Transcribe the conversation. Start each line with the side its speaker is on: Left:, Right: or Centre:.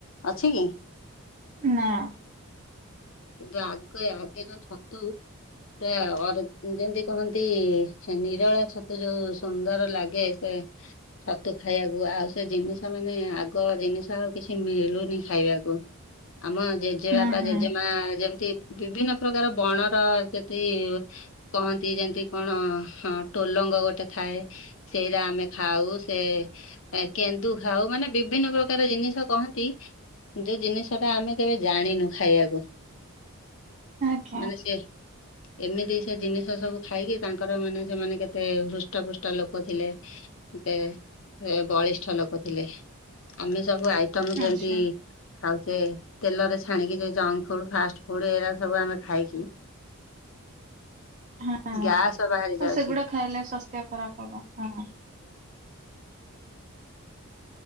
Left: ଅଛି କି?
Right: ନା।
Left: କିନ୍ତୁ ଆଗେ ଆଗେ ଯୋଉ ଛତୁ ରେ ଅର୍ଗ ଯେମିତି କହନ୍ତି ନିରଳା ଛତୁ ଯୋଉ ସୁନ୍ଦର ଲାଗେ ସେ ଛତୁ ଖାଇବାକୁ ଆଉ ସେ ଜିନିଷ ମାନେ ଆଗ ଜିନିଷ ଆଉ କିଛି ମିଳୁନି ଖାଇବାକୁ। ଆମ ଜେଜେବାପା
Right: ହୁଁ ହୁଁ
Left: ଜେଜେମା ଯେମତି ବିଭିନ୍ନ ପ୍ରକାର ବଣ ର ଯଦି କହନ୍ତି ଯେମିତି କଣ ହ ଟୋଲଙ୍ଗ ଗୋଟେ ଥାଏ। ସେଇରା ଆମେ ଖାଉ ସେ ଏ କେନ୍ଦୁ ଖାଉ ମାନେ ବିଭିନ୍ନ ପ୍ରକାର ଜିନିଷ କହନ୍ତି। ଯୋଉ ଜିନିଷ ଟା ଆମେ କେବେ ଜାଣିନୁ ଖାଇବାକୁ।
Right: ଆଜ୍ଞା
Left: ମାନେ ସେ ଏମିତି ସେ ଜିନିଷ ସବୁ ଖାଇକି ତାଙ୍କର ମାନେ ସେମାନେ କେତେ ହୃଷ୍ଟ ପୃଷ୍ଟ ଲୋକ ଥିଲେ। ଦେ ଏ ବଳିଷ୍ଠ ଲୋକ ଥିଲେ ଆମେ ସବୁ ଆଇ ଷ୍ଟମ ଯେମତି
Right: ଆଚ୍ଛା
Left: ଖାଉଛେ ତେଲରେ ଛାଣିକି ଯ ଜଙ୍କ ଫୁଡ ଫାଷ୍ଟ ଫୁଡ ଏଗା ସବୁ ଆମେ ଖାଇକି
Right: ହଁ ତ
Left: ଗ୍ୟାସ ବାହାରି ଯାଉଛି
Right: ସେଗୁଡା ଖାଇଲେ ସ୍ୱାସ୍ଥ୍ୟ ଖରାପ ହବ ହଁ।